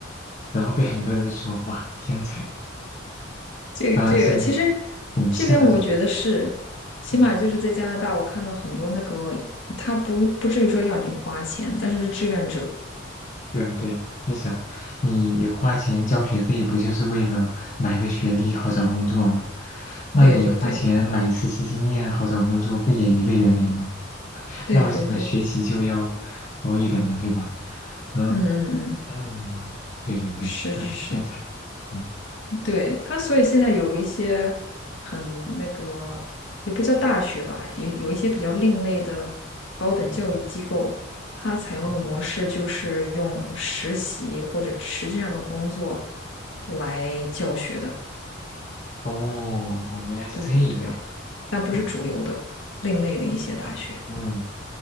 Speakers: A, on the left (about 40°); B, on the left (about 70°).
A: 然后被很多人说，哇，天才，
B: 这个这个，
A: 当然是
B: 其实
A: 讽刺那种。
B: 这边我觉得是，起码就是在加拿大，
A: 嗯
B: 我看到很多那个，他不不至于说要你花钱，但是是志愿者。
A: 对对对，你想，你花钱交学费不就是为了买个学历好找工作吗？那你花钱买实习经验好找工作，
B: 对对对
A: 不也一个原理吗？<laughs>
B: 对对对，
A: 那为什么学习就要高一等呢？对吧？嗯
B: 嗯嗯嗯，
A: 嗯，对对对，
B: 是是是。
A: 哎，天才，嗯
B: 对，他，所以现在有一些很那个，也不叫大学吧，有有一些比较另类的高等教育机构，
A: 嗯，
B: 它采用的模式就是用实习或者实际上的工作
A: 哦
B: 来教学的。
A: 哦，哦原来是这样，
B: 对对对，但不是主流的，
A: 哦
B: 另类的一些大学。
A: 嗯，